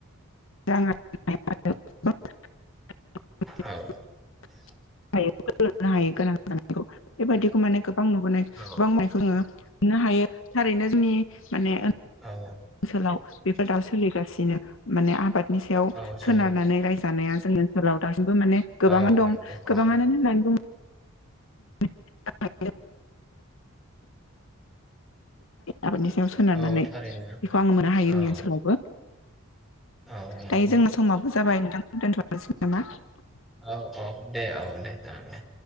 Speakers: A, on the left; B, in the centre.
A: <unintelligible>
B: औ <unintelligible>
A: नो हायो गोनां जानायखौ बेबायदिखौ माने गोबां नुबोनाय गोबां
B: औ
A: मोननो हायो थारैनो जोंनि माने
B: औ
A: ओनसोलाव बेफोर दा सोलिगासिनो माने आबाद नि सायाव
B: औ सोलियो
A: सोनारनानै रायजोनाया जोङो सोलाव दास बो माने गोबां
B: औ नंगौ
A: दं गोबाङ
B: औ
A: होननानै <unintelligible> आबादनि सायाव सोनारनानै
B: औ थारैनो
A: बेखौ आङो मोननो हायो जोंनि
B: औ
A: ओनसोलावबो।
B: औ नंगौ
A: दायो जोंनो समाबो जाबाय नोंथांखौ दोनथ' <unintelligible>
B: औ औ दे औ दे जागोन दे